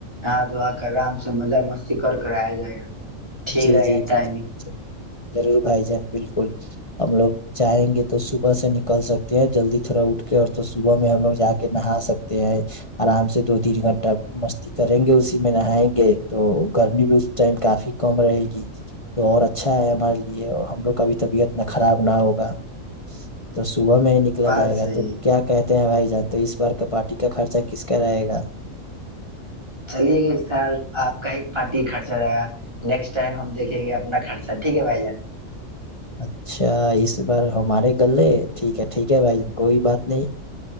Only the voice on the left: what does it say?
جی
جی
جی
ج <unintelligible> ضرور بھائی جان بالکل ہم لوگ جاہیں گے تو صبح سے نکل سکتے ہیں جلدی تھوڑا اٹھ کے اور تو صبح میں ہم لوگ جا کے نہا سکتے ہیں آرام سے دو تین گھنٹہ مستی کریں گے اسی میں نہائیں گے تو گرمی بھی اس ٹائم کافی کم رہے گی تو اور اچھا ہے ہمارے لیے اور ہم لوگ کا بھی طبیعت نہ خراب نہ ہوگا تو صبح میں ہی نکلا
جائے
گا تو
کیا کہتے ہیں بھائی جان تو اس بار کا پارٹی کا خرچہ کس کا رہے گا
اچھا اس بار ہمارے گلے ٹھیک ہے ٹھیک ہے بھائی جان کوئی بات نہیں